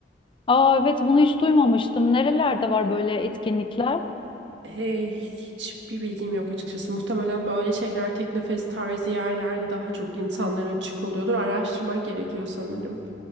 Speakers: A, on the left; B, on the right.
A: Aa evet bunu hiç duymamıştım. Nerelerde var böyle etkinlikler?
B: Hey, hiçbir bilgim yok açıkçası. Muhtemelen böyle şeyler teknofest tarzı yerlerde daha çok insanlara açık oluyordur. Araştırmak gerekiyor sanırım.